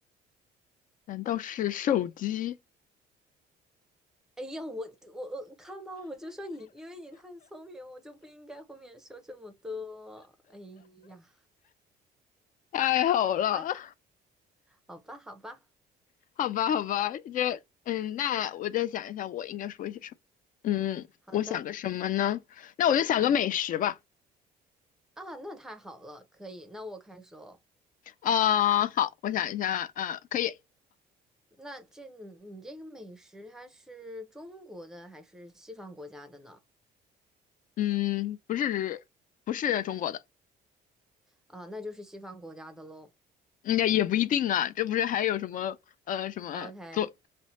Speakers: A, on the left; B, in the centre.
A: 难道是手机？
B: 哎呀，我我我看吧，我就说你，因为你太聪明，我就不应该后面说这么多。哎呀，
A: 太好了，
B: 好吧。好吧，好吧，
A: <laughs> 好吧，好吧，这嗯，那我再想一下，我应该说一些什么？嗯，
B: 好的
A: 我想个什么呢？那我就想个美食吧。
B: 啊，那太好了，可以，那我开始哦。
A: 啊、好，我想一下，啊、可以。
B: 那这你你这个美食，它是中国的还是西方国家的呢？
A: 嗯，不是，不是中国的，
B: 啊，那就是西方国家的喽。
A: 应也也不一定啊。这不是还有什么呃什么左？
B: OK，